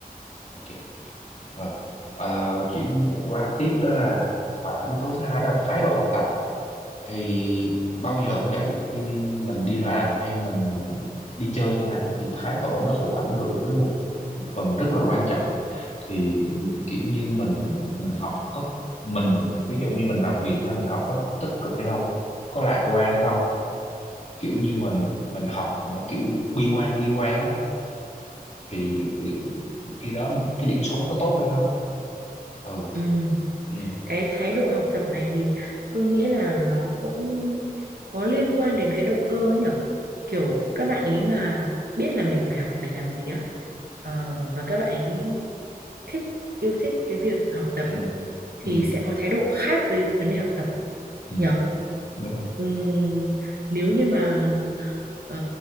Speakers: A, on the left; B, on the right.
A: ok Rồi. Ờ, chuyển qua tiếp đó là ờ, yếu tố thứ hai đó là thái độ học tập thì bao giờ cũng vậy khi mình đi làm hay mình đi chơi chẳng hạn thì thái độ nó cũng ảnh hưởng đến một phần rất là quan trọng thì kiểu như mình mình học có mình ví dụ như mình làm việc hay mình học á, có tích cực hay không có lạc quan hay không kiểu như mình mình học mà kiểu bi quan bi quan á thì liệu khi đó mình cái điểm số nó có tốt hay không ừ.
B: ừ
A: ừ.
B: cái thái độ học tập này thì tôi nghĩ là nó cũng có liên quan đến cái động cơ ấy nhở kiểu các bạn ý mà biết là mình phải học để làm gì á ờ, và các bạn ý thích yêu thích cái việc học tập
A: ừ
B: á thì
A: ừ
B: sẽ có thái độ khác với vấn đề học tập
A: ừ
B: nhỉ
A: đúng rồi
B: Ừm, nếu như mà ờ,